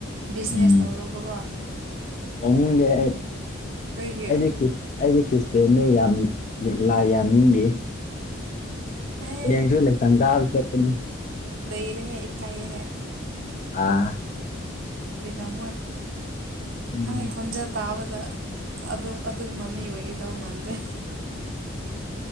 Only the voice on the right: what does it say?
ꯕꯤꯖꯤꯅꯦꯁ
ꯇꯧꯔꯕꯀꯣ
ꯀꯩꯒꯤ
ꯑꯦ
ꯂꯩꯔꯦ ꯍꯦ ꯏꯀꯥꯌꯦ
ꯄꯤꯔꯝꯃꯣꯏ
ꯅꯪꯒꯤ ꯈꯣꯟꯖꯦꯜ ꯇꯥꯕꯗ ꯑꯗꯨꯝ ꯑꯗꯨꯒꯨꯝꯕ ꯃꯤ ꯑꯣꯏꯒꯗꯧ ꯃꯥꯟꯗꯦ